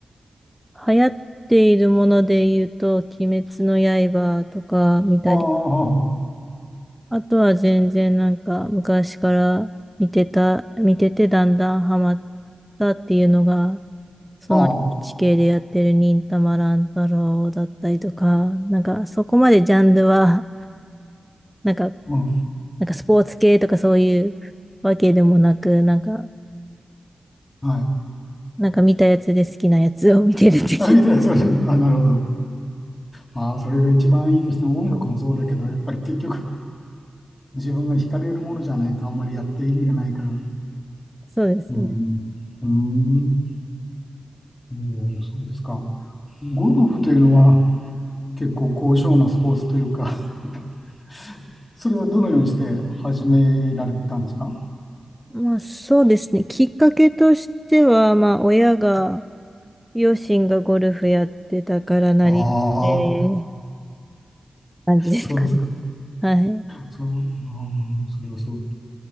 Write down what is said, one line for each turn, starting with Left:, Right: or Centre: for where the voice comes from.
Centre: 流行っているもので言うと、鬼滅の刃とか見たり、
Left: ああ、
Centre: あとは全然なんか昔から見てた、見ててだんだんハマったっていうのがその
Left: ああ、
Centre: NHK でやってる忍たま乱太郎だったりとか、なんかそこまでジャンルは、なんか、
Left: うん。
Centre: なんかスポーツ系とかそういうわけでもなく、なんか、
Left: はい。
Centre: なんか見たやつで好きなやつを見てるって感じ
Left: あ、みたいな、それ、あ、なるほど。ああ、それが一番いいですね。音楽もそうだけど、やっぱり結局、自分が惹かれるものじゃないとあんまりやって意味がないから。
Centre: <laughs> そうですね。
Left: うん、うん、えーそうですか。ゴルフというのは結構高尚なスポーツというか <laughs> それはどのようにして始められたんですか
Centre: まあそうですね。きっかけとしては、まあ親が、両親がゴルフやってたからなりって
Left: ああ、
Centre: 感じですかね。
Left: そうですか。
Centre: はい。
Left: そう、うん、それはそう。